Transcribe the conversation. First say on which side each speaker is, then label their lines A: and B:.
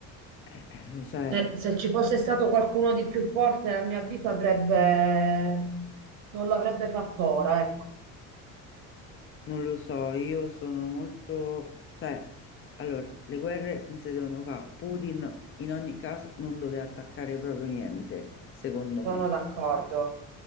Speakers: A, on the left (about 40°); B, on the right (about 85°).
A: Eh, eh, cioè,
B: cioè, se ci fosse stato qualcuno di più forte, a mio avviso avrebbe... non l'avrebbe fatto ora, ecco,
A: Non lo so, io sono molto... cioè, allora, le guerre non si devono fare. Putin in ogni caso non doveva attaccare proprio niente, secondo
B: sono
A: me.
B: d'accordo.